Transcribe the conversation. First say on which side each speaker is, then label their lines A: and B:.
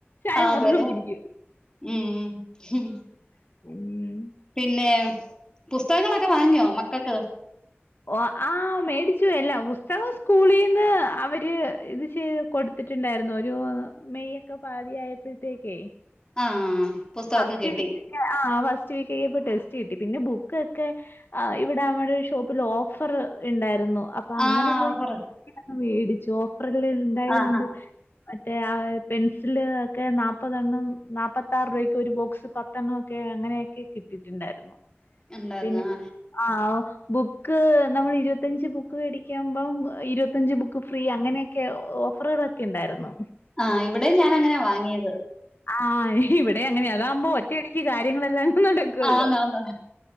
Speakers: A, on the left; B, on the left.
A: ചായമാത്രംകുടിക്കൂ
B: ആ അതെ ഉം ഉം
A: <unintelligible>
B: പിന്നെ ബുസ്തകങ്ങളൊക്കെവാങ്ങിയോ മക്കക്ക്?
A: ഓഹ് ആ മേടിച്ചുയെല്ലാം പുസ്തകം സ്കൂളീന്ന് അവര് ഇത്ചെയ് കൊട്ത്തിട്ട്ണ്ടായ്രുന്നു ഒരുമെയ്ക്കെ പാതിയായ പ്പെയ്ത്തേക്കെ
B: ആ പുസ്തകമൊക്കെ
A: ഫസ്റ്റ്
B: കിട്ടി
A: വീക്ക് ആഹ് ഫസ്റ്റ് വീക്കെയ്പ്പോ ടെസ്റ്റ്കിട്ടി പിന്നെബുക്കൊക്കെ ആഹ് ഇവിടെ നമ്മടെ ഷോ ഓഫറ്കള് ഇണ്ടായ്രുന്നു അപ്പൊ അങ്ങനെ
B: ആ ഓഫർ
A: <unintelligible> ഉണ്ടായ്തൊണ്ട്
B: ആ ആ
A: മറ്റേ ആഹ് പെൻസില് ഒക്കെനാപ്പതണ്ണം നാപ്പത്താറ് രൂയൊക്ക് ഒരുബോക്സ് പത്ത് ത്തണ്ണൊക്കെ അങ്ങനെയക്കെകിട്ടിട്ട്ണ്ടായ്രുന്നു
B: ഉണ്ടായിരുന്നു
A: പിന്നെയൊ
B: ആ.
A: ആഹ് ബു ക്ക് നമ്മള്ഇരുവത്തഞ്ച്ബുക്ക് വേടിക്യാമ്പം ഇരുവത്തഞ്ച് ബുക്ക്ഫ്രീ അങ്ങനെക്കെ ഓഫ്‌റ്കള ക്കെണ്ട് യ്രുന്നു
B: ആഹ് ഇവിടെ ഞാനങ്ങനാ വാങ്ങിയത്
A: ആഹ് ഇവിടെങ്ങനെ അതാവ്മ്പോ ഒറ്റയടിക്ക് കാര്യങ്ങളെല്ലാം നടക്കല്ലോ
B: ആന്നാന്ന്